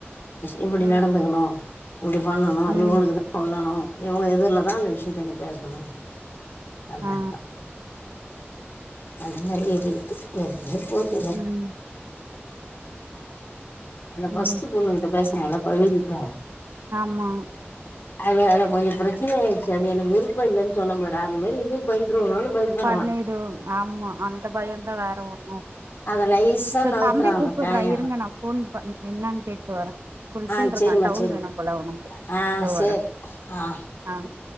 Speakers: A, on the left (about 55°); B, on the right (about 75°).
A: இப்டி
B: ம்
A: நடந்துக்கணு இப்டி பண்ணணு
B: ம்
A: இவங்களுக்குதா சொல்லணு இவங்க எதிர்லதா அந்த விஷயத்த நீ பேசணு அப்டின்றா
B: ஆ
A: அது மாரி அது இருக்கு எப்டியே போதுங்க
B: ம்
A: அந்த ஃபஸ்ட்
B: ம்
A: பொண்ணு கிட்ட பேசுனலா பழுகிட்டா
B: ஆமா
A: அது அது கொஞ்ச பிரச்சனை ஆயிருச்சு அது எனக்கு விருப்ப இல்லன் சொன்னம் பாரு அந்த மாரி இது நின்றுமோன் பய பர்றா
B: பண்ணிடும் ஆமா அந்த பயந்தா வேற ஒண்ணு இல்ல
A: அத நைஸா
B: செரி
A: நவுத்துறாங்க
B: தம்பி கூப்பர்றா
A: காய
B: இருங்க நா ஃபோன் பண் என்னானு கேட்டு வரே குளிச்சின்ட்ருக்கா
A: ஆ சரிம்மா
B: டவுல்
A: சரிம்மா
B: வேணு போல அவுனக்கு
A: ஆ
B: இந்த
A: சரி
B: வர
A: ஆ
B: ஆ